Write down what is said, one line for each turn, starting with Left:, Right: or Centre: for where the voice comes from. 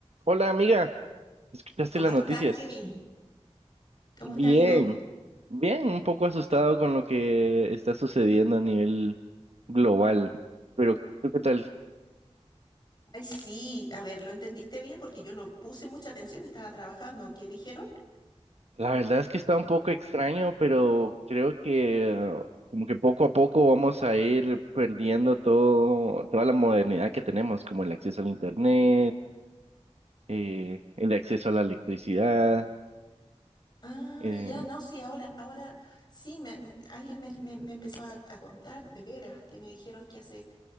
Right: Hola amiga, ¿escuchaste
Left: ¿Cómo
Right: las
Left: estás,
Right: noticias?
Left: Kevin? ¿Cómo
Right: Bien,
Left: te ha ido?
Right: bien, un poco asustado con lo que está sucediendo a nivel global, pero ¿tú qué tal?
Left: Ay, sí, a ver, lo entendiste bien porque yo no puse mucha atención, estaba trabajando. ¿Qué dijeron?
Right: La verdad es que está un poco extraño, pero creo que eh, como que poco a poco vamos a ir perdiendo todo, toda la modernidad que tenemos, como el acceso al internet, eh, el acceso a la electricidad.
Left: Ah,
Right: eh,
Left: ya, no, sí, ahora, ahora sí, me- me- alguien me, me- me empezó a, a contar de veras que me dijeron que hace,